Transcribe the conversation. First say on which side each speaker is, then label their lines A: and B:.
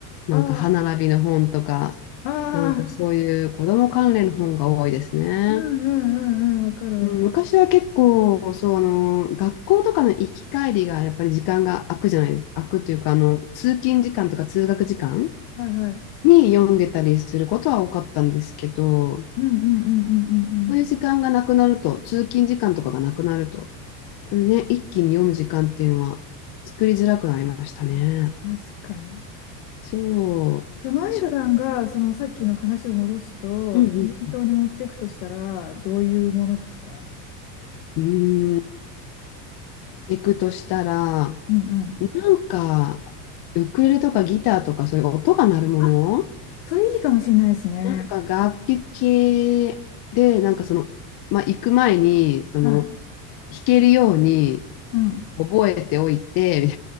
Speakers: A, on the left; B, on the left.
A: なんか歯並びの本とか、
B: ああ、ああ、
A: なんかそういう子供関連の本が多いですね。
B: うんうんうんうん、わかるわかる。
A: うん昔は結構、そう、あの、学校とかの行き帰りがやっぱり時間が空くじゃないですか。空くというか、あの、通勤時間とか通学時間
B: はいはい。
A: に読んでたりすることは多かったんですけど、
B: うんうんうんうんうん
A: そういう時間がなくなると、通勤時間とかがなくなると、ね、一気に読む時間っていうのは作りづらくなりましたね。
B: うん。あ確かに。
A: そう。
B: じゃあ、マイカさんが、
A: 小説
B: そのさっきの話を戻すと、
A: うん
B: 念頭に持っていくとしたら、どういうものですか
A: うん。うーん。行くとしたら、
B: うんうん。
A: なんか、ウクレレとかギターとかそういう音が鳴るもの
B: あそれいいかもしれないですね。
A: なんか楽器系で、なんかその、まあ、行く前に、その、
B: はい。
A: 弾けるように
B: うん。
A: 覚えておいて、